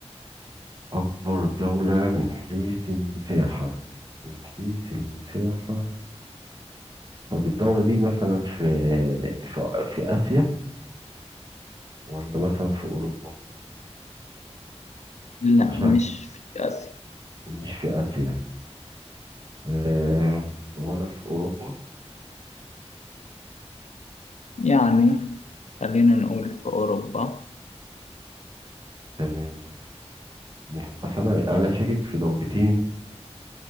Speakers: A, on the right; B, on the left.
A: اكبر دولة من حيث المساحة من حيث المساحة طب الدولة دي مثلا في في في اسيا ولا مثلا في اوروبا
B: لا
A: عشان
B: مش في آسيا
A: مش في اسيا آه ولا في اوروبا
B: يعني خلينا نقول في أوروبا
A: تمام من اصل انا انا شاكك في دولتين